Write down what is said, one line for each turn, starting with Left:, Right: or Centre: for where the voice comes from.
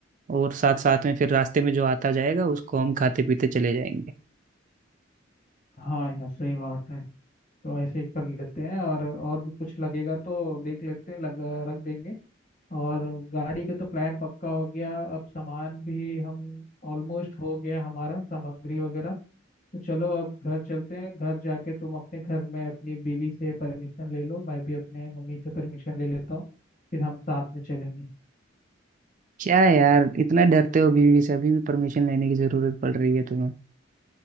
Right: और साथ साथ में फिर रास्ते में जो आता जाएगा उसको हम खाते पीते चले जाएंगे
Left: हाँ यार सही बात है तो ऐसे ही कर लेते हैं और और भी कुछ लगेगा तो देख लेते हैं लग, रख देंगे और गाड़ी का तो प्लान पक्का हो गया अब सामान भी हम ऑलमोस्ट हो गया हमारा सामग्री वगैरह तो चलो अब घर चलते हैं घर जाके तुम अपने घर में अपनी बीवी से परमिशन ले लो मैं भी अपने मम्मी से परमिशन ले लेता हूँ फिर हम साथ में चलेंगे
Right: क्या है यार इतना डरते हो बीवी से अभी भी परमिशन लेने की जरूरत पड़ रही है तुम्हें